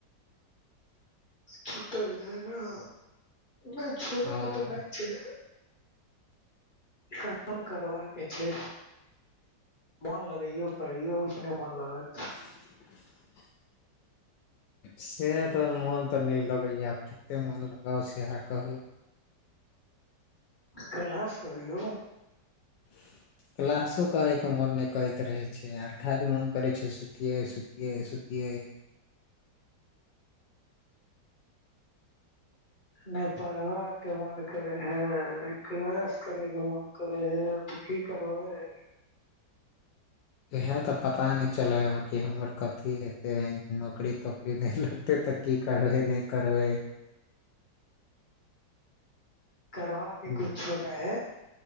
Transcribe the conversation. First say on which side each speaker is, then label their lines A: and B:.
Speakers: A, on the left (about 35°); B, on the left (about 80°).
A: छुटल जाय नऽ नय छोड़ै
B: हँ
A: कऽ तऽ नय छै। काम करबाकेँ छै। मोन लगैयो पढ़ियो अपने मोन लगत।
B: <inaudible> से तऽ मोन तऽ नय लगैय आब कते मोन लगाउ सेहा कहू।
A: कलास करयो
B: <inaudible> क्लासो करय कऽ मोन नय करैत रहै छै यार खाली मोन करैत छै सुतियै सुतियै सुतियै।
A: नय परवाहक के मन करे है नय क्लाश करे केँ मोन। करे है तऽ की करबै।
B: इहै तऽ पता नय चलै ह कि हमर कथी हेते नौकरी तोकरी नय लग तै तऽ की करबै नय करबै
A: करबा
B: हम्म,
A: केँ कुछो। नय